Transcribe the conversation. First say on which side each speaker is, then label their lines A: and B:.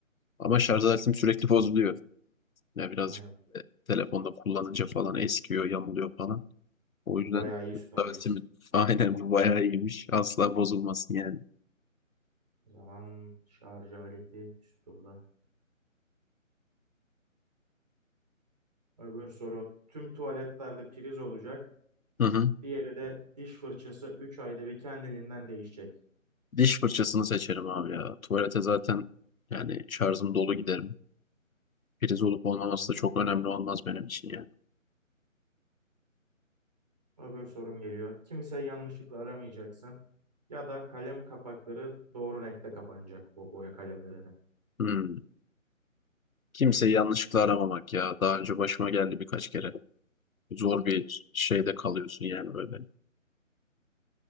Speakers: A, on the left; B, on the right.
A: Ama şarj aletim sürekli bozuluyor. Yani birazcık
B: Aynen.
A: e, telefonda kullanınca falan eskiyor, yamuluyor falan. O yüzden
B: Bu bayağı iyi
A: şarj
B: süper güç.
A: aletimin <laughs> aynen bu bayağı iyiymiş. Asla bozulmasın yani.
B: O zaman şarj aleti üst turda. Öbür soru. Tüm tuvaletlerde priz olacak.
A: Hı hı.
B: Diğeri de diş fırçası 3 ayda bir kendiliğinden değişecek.
A: Diş fırçasını seçerim abi ya. Tuvalete zaten yani şarjım dolu giderim. Priz olup olmaması
B: Aynen.
A: da çok önemli olmaz benim için ya.
B: Öbür sorum geliyor. Kimse yanlışlıkla aramayacaksın. Ya da kalem kapakları doğru renkte kapanacak bu boya kalemlerini.
A: Hmm. Kimseyi yanlışlıkla aramamak ya. Daha önce başıma geldi birkaç kere. Zor bir şeyde kalıyorsun yani böyle.